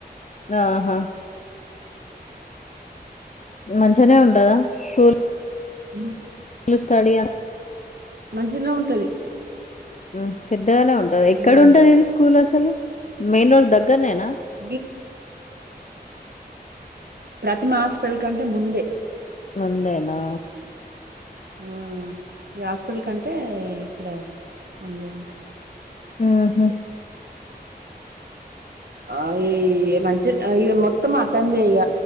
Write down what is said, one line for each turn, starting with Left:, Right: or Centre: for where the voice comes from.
Left: నాహా మంచిగనే ఉంటదా స్కూల్
Right: మ్
Left: స్టడి ఆ
Right: మంచినే ఉంటది
Left: ఉమ్ పెద్దగానే ఉంటది ఎక్కడుంటది
Right: ఆ
Left: ఇది స్కూల్ అసలు మెయిన్ రోడ్ దగ్గ గర్నేనా
Right: గి ప్రతిమ హాస్పిటల్ కంటే ముందే
Left: ముందేనా
Right: ఆ ఈ హాస్పిటల్ కంటే ఇక్కడ ఉంది అంటే
Left: ఊహు
Right: ఆ ఈ మంచిగుం ఇ మొత్తం అతన్దే ఇగ